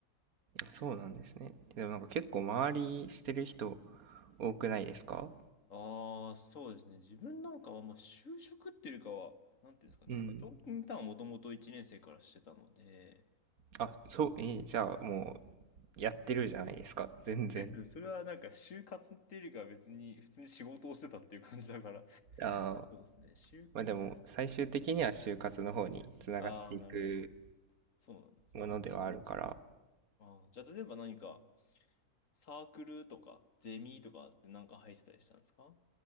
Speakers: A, on the right (about 65°); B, on the left (about 55°).
A: そうなんですね。でもなんか結構周りしてる人多くないですか
B: ああ、そうですね。自分なんかは、まあ就職っていうかは、なんていうんですかね、
A: うん。
B: 長期インターンをもともと1年生からしてたので、
A: あ、そう、えーじゃあもうやってるじゃないですか、全然。
B: <laughs> それはなんか就活っていうよりかは別に普通に仕事をしてたっていう感じだから、
A: あー、
B: そうですね。就
A: まあでも最終的には就活の方につながっていく
B: ああ、なるほど。そうなんですね。
A: ものではあるから、
B: ああ、じゃあ、例えば何か、サークルとか、ゼミとかってなんか入ってたりしたんですか